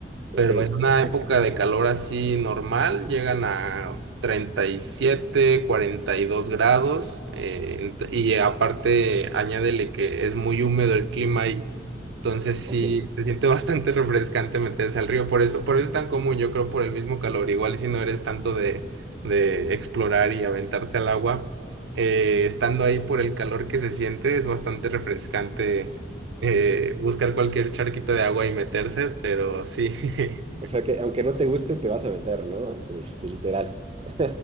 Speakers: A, on the right; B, on the right.
A: ok,
B: pero en una
A: <laughs>
B: época de calor así normal llegan a 37, 42 grados eh, ent- y aparte añádele que es muy húmedo el clima y entonces sí
A: ok.
B: se siente bastante <laughs> refrescante meterse al río, por eso, por eso es tan común, yo creo por el mismo calor, igual si no eres tanto de, de explorar y aventarte al agua, eh, estando ahí por el calor que se siente es bastante refrescante eh, buscar cualquier charquito de agua y meterse, pero sí. <laughs>
A: O sea que aunque no te guste, te vas a meter, ¿no? Este, literal. <laughs>